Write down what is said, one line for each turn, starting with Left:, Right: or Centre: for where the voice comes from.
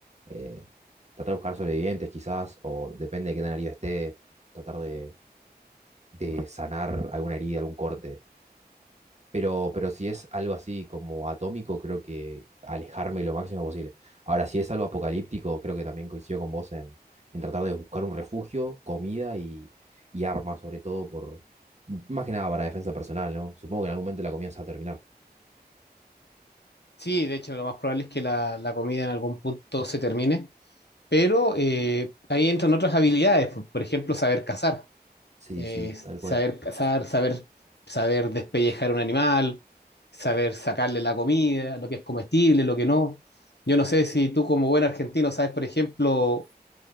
Right: eh, tratar de buscar sobrevivientes quizás, o depende de qué tan herido esté, tratar de, de sanar alguna herida, algún corte. Pero, pero si es algo así como atómico, creo que alejarme lo máximo posible. Ahora, si es algo apocalíptico, creo que también coincido con vos en, en tratar de buscar un refugio, comida y, y armas, sobre todo por, más que nada para defensa personal, ¿no? Supongo que en algún momento la comida se va a terminar.
Left: Sí, de hecho, lo más probable es que la, la comida en algún punto se termine. pero eh, ahí entran otras habilidades, por, por ejemplo, saber cazar,
Right: Sí,
Left: eh,
Right: sí, tal
Left: saber
Right: cual.
Left: cazar, saber, saber despellejar un animal, saber sacarle la comida, lo que es comestible, lo que no. Yo no sé si tú como buen argentino sabes, por ejemplo,